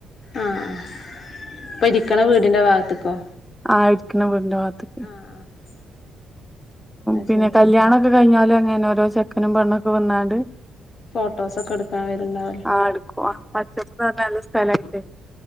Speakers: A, on the left; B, in the centre.
A: ആഹ് ഇപ്പ ഇരിക്കണ വീടിന്റെ ഭാഗത്ത്ക്കോ
B: ആഹ് ഇരിക്കണ വീടിന്റെ ഭാഗത്തക്ക്
A: ആഹ്
B: പിന്നെ
A: ശരി
B: കല്യാണ കഴിഞ്ഞാല് അങ്ങനെ ഓരോ ചെക്കനും പെണ്ണൊക്കെ വന്നാണ്ട്
A: ഫോട്ടോസൊക്കെ എടുക്കാൻ വരണ്ടാവെല്ല
B: ആഹ എടുക്കും ആ പച്ചപ്പ നിറഞ്ഞ നല്ല സ്ഥലായിട്ട്